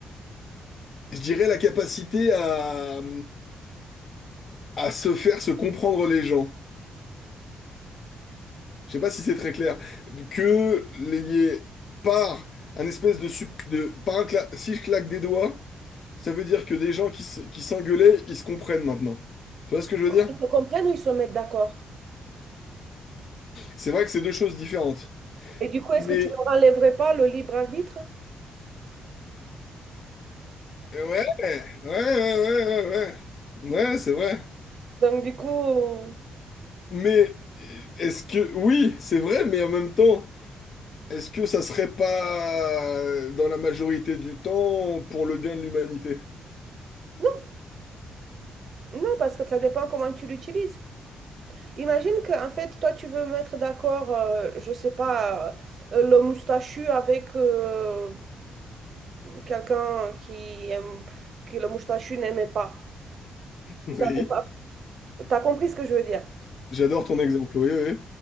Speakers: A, on the left; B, on the right.
A: je dirais la capacité à, à se faire se comprendre les gens. Je sais pas si c'est très clair. Que les, par un espèce de, sup- de par un cla- si je claque des doigts, ça veut dire que des gens qui se- qui s'engueulaient, ils se comprennent maintenant. Tu vois ce que je veux dire?
B: Ils se comprennent ou ils se mettent d'accord?
A: C'est vrai que c'est deux choses différentes.
B: Et du coup, est-ce
A: Mais
B: que tu leur enlèverais pas le libre arbitre?
A: Ouais, ouais, ouais, ouais, ouais, ouais, Ouais, c'est vrai.
B: Donc, du coup,
A: Mais est-ce que, oui, c'est vrai, mais en même temps, est-ce que ça serait pas dans la majorité du temps pour le bien de l'humanité?
B: non, non, parce que ça dépend comment tu l'utilises. Imagine que, en fait, toi, tu veux mettre d'accord, euh, je sais pas, euh, le moustachu avec euh, quelqu'un qui aime, que le moustachu n'aimait pas.
A: Oui,
B: Ça veut pas... T'as compris ce que je veux dire?
A: j'adore ton exemple, oui, oui. Oui,